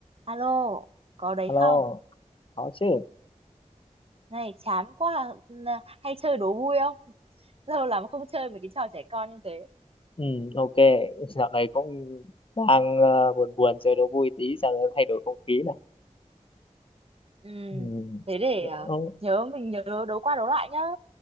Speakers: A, on the right (about 45°); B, on the left (about 45°).
A: Alo, có đấy
B: Alo,
A: không?
B: có chứ.
A: Này, chán quá, à. n- hay chơi đố vui không? <laughs> Lâu lắm không chơi mấy cái trò trẻ con như thế.
B: Ừ, ok. <laughs> Dạo này cũng đang ờ, buồn buồn chơi đố vui tí sao nó thay đổi không khí nè.
A: Ừ,
B: Ừ.
A: thế để ờ,
B: Ừ,
A: nhớ mình nhớ đố qua đố lại nhá.